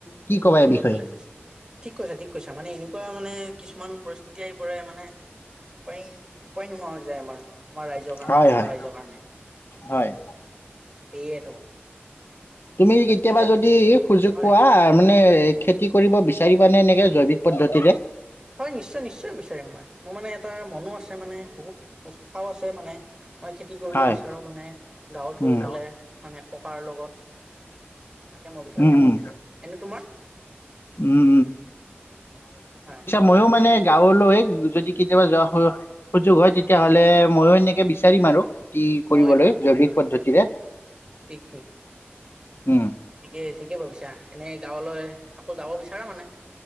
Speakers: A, on the left (about 65°); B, on the right (about 20°).
A: কি ক'বা
B: বিপদত
A: এই বিষয়ে
B: পেলাইছে ঠিক কৈছা ঠিক কৈছা মানে এনেকুৱা মানে কিছুমান পৰিস্থিতি। এতিয়াই পৰাৰে মানে উপায় উপায় নোহোৱা হৈ যায় আমাৰ। আমাৰ ৰাইজৰ কাৰণে
A: হয়
B: অসমৰ
A: হয়
B: ৰাইজৰ কাৰণে।
A: হয়
B: সেয়েতো।
A: তুমি
B: বাকী
A: কেতিয়াবা যদি সুযোগ
B: হয়
A: পোৱা মানে। খেতি কৰিব বিচাৰিবানে? এনেকে জৈৱিক পদ্ধতিৰে।
B: হয় নিশ্চয় নিশ্চয়, বিচাৰিম মই মোৰ মানে এটা মনো। আছে মানে বহুত। আও আছে মানে মই খেতি কৰিব
A: হয়।
B: বিচাৰো। মানে গাঁৱত গৈ
A: উম।
B: পালে মানে ককাৰ লগত তাকে মই বিচাৰো
A: উম উম।
B: এনে তোমাৰ
A: উম
B: হয়।
A: মইয়ো মানে গাঁৱলৈ। যদি, কেতিয়াবা যোৱা হয়। সুযোগ হয় তেতিয়াহ'লে ময়ো এনে। বিচাৰিম আৰু। খেতি কৰিবলৈ
B: হয় হয়
A: জৈৱিক পদ্ধতিৰে।
B: ঠিক ঠিক
A: উম।
B: ঠিকেই ঠিকেই ভাবিছা, এনে গাঁৱলৈ আকৌ যাব বিছাৰ। সেয়া মানে।